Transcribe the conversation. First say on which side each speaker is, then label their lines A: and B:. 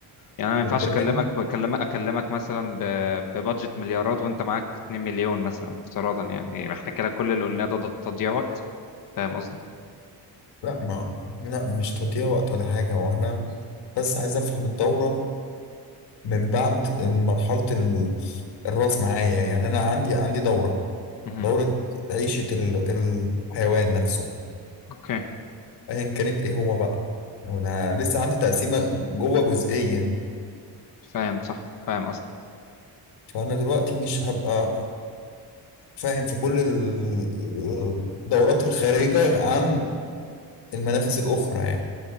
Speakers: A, on the left (about 50°); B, on the left (about 75°).
A: يعني انا ما ينفعش
B: والبراند
A: اكلمك بكلمك اكلمك مثلا ب- ببادجت مليارات وانت معاك 2 مليون مثلا افتراضا يعني ايه احنا كده كل اللي قلناه ده ده تضييع وقت فاهم قصدي؟
B: لا ما لا مش تضييع وقت ولا حاجه وانا بس عايز افهم الدوره من بعد مرحلة ال- الراس معايا يعني أنا عندي عندي دورة
A: مهم.
B: دورة عيشة ال- الحيوان نفسه
A: اوكي
B: أيا كانت إيه هو بقى أنا لسه عندي تقسيمة جوه جزئية
A: فاهم صح فاهم اصلا
B: فأنا دلوقتي مش هبقى فاهم في كل ال- الدورات الخارجة عن المنافذ الأخرى يعني